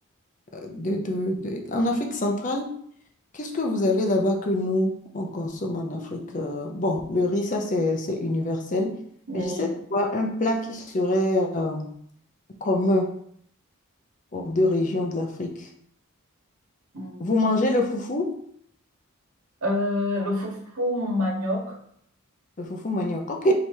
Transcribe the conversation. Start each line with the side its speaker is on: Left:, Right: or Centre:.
Left: de, de, de- En Afrique centrale, qu'est-ce que vous avez là-bas que nous, on consomme en Afrique? euh, Bon, le riz, ça, c'est, c'est universel.
Right: Oui.
Left: Mais j'essaie de voir un plat qui serait euh, commun aux deux régions de l'Afrique.
Right: Mm.
Left: Vous mangez le foufou?
Right: Euh, le foufou manioc.
Left: Le foufou manioc. Ok,